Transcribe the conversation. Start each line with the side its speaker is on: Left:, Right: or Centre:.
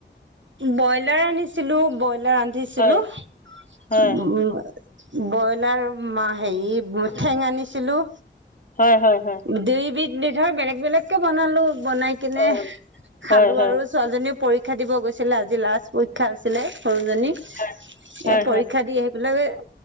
Right: ব্ৰইলাৰ আনিছিলো ব্ৰইলাৰ আলু। উঠিছিলো
Left: হয়,
Right: উ।
Left: হয়,
Right: ব্ৰইলাৰ হেৰি ঠেঙ আনিছিলো।
Left: হয় হয় হয়।
Right: দুইবিধ ধৰ বেলেগ বেলেগ কে বনালো বনাই কিনে
Left: অ
Right: খালো
Left: হয়, হয়,
Right: আৰু ছোৱালজনীয়েও পৰীক্ষা দিব গৈছিলে আজি লাষ্ট পৰীক্ষা আছিলে সৰুজনী। এ
Left: হয়, হয়,
Right: পৰীক্ষা দি আহি পেলাকে